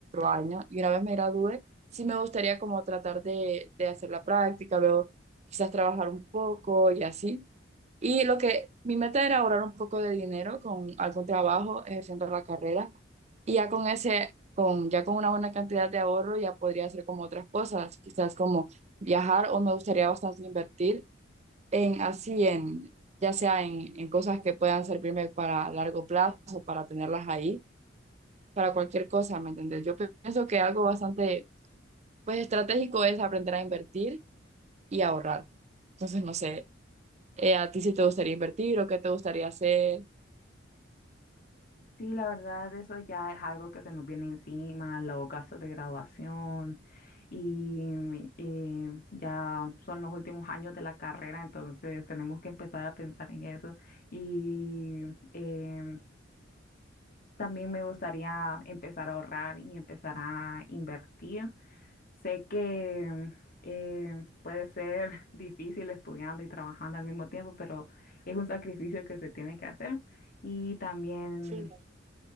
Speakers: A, on the right; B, on the left.
A: año, y una vez me gradúe, sí me gustaría como tratar de, de hacer la práctica, luego quizás trabajar un poco y así y lo que mi meta era ahorrar un poco de dinero con algún trabajo ejerciendo la carrera. Y ya con ese, con, ya con una buena cantidad de ahorro, ya podría hacer como otras cosas, quizás como viajar o me gustaría bastante invertir en así, en, ya sea en, en cosas que puedan servirme para largo plazo, para tenerlas ahí, para cualquier cosa, ¿me entendés? Yo pienso que algo bastante, pues estratégico es aprender a invertir y ahorrar. Entonces, no sé, eh, ¿a ti si te gustaría invertir o qué te gustaría hacer?
B: Sí, la verdad, eso ya es algo que se nos viene encima, los gastos de graduación y eh, ya son los últimos años de la carrera, entonces tenemos que empezar a pensar en eso. Y em, también me gustaría empezar a ahorrar y empezar a invertir. Sé que eh, puede ser <laughs> difícil estudiando y trabajando al mismo tiempo, pero es un sacrificio que se tiene que hacer. Y también
A: Sí.